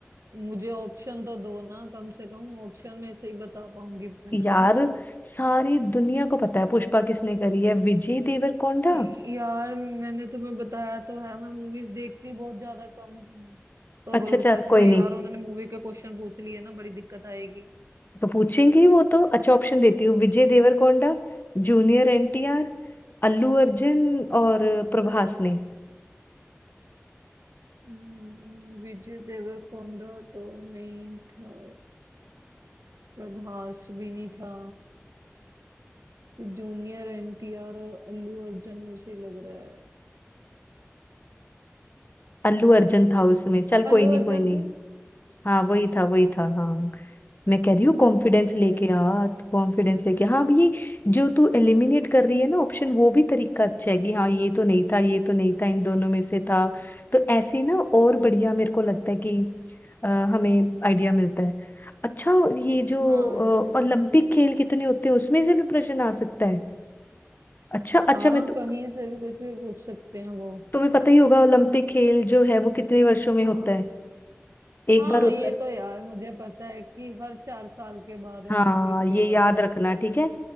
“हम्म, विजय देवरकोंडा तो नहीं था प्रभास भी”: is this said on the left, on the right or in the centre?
Right